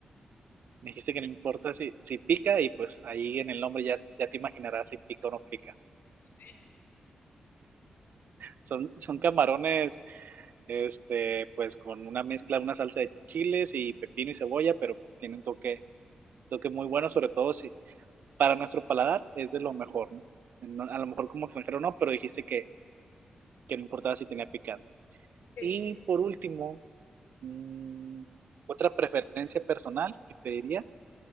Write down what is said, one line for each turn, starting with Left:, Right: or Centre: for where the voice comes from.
Right: Me dijiste que no importa si, si pica y pues ahí en el nombre ya, ya te imaginarás si pica o no pica.
Left: Sí.
Right: Son, son camarones este, pues con una mezcla, una salsa de chiles y pepino y cebolla, pero pues tiene un toque, toque muy bueno, sobre todo si para nuestro paladar es de lo mejor, ¿no? No- A lo mejor como extranjero no, pero dijiste que, que no importaba si tenía picante.
Left: sí,
Right: Y
Left: sí, sí.
Right: por último, mm, otra preferencia personal que te diría